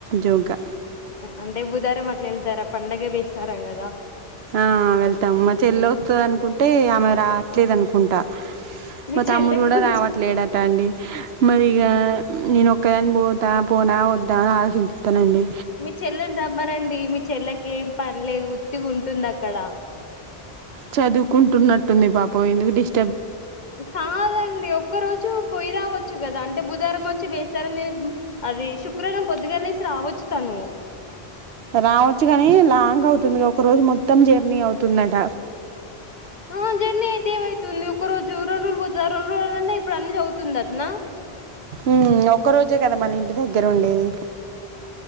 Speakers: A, on the right; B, on the left.
A: జోగ్గా
B: అంటే బుధారం అట్లా వెళ్తారా పండగే బేస్తారం కదా
A: ఆ వెళ్తాం మా చెల్లి వత్తుందనుకుంటే ఆమె రావట్లేదు అనుకుంటా
B: మీ
A: మా
B: చెల్లె
A: తమ్ముడు కూడా
B: కొంచెం
A: రావట్లేడట అండి మరిగ నేను ఒక్కదాని పోతా పోనా వద్దా అని ఆలోచించుతానండి
B: మీ చెల్లిని రమ్మనండి మీ చెల్లకి ఏం పనిలేదు తి ఉంటుంది అక్కడ
A: చదువుకుంటున్నట్టుంది పాపం ఎందుకు డిస్ట్
B: కాదండి ఒక్క రోజు పొయ్యి రావచ్చు కదా అంటే బుధవారం వచ్చి బేస్తారం తినేసి అది శుక్రవారం పొద్దుగా లేసి రావచ్చు తను
A: రావచ్చు కానీ లాంగ్ అవుతుంది ఒక రోజు మొత్తం జర్నీ అవుతుందట
B: ఉమ్ జర్నీ అయితే ఏమయితుంది ఒక రోజు రెండు రోజులు పోతుంది రెండు రోజులు ఇప్పుడు అన్ని చదువుతుందటనా
A: ఉమ్ ఒక్క రోజే కదా మళ్ళ ఇంటి దగ్గర ఉండేది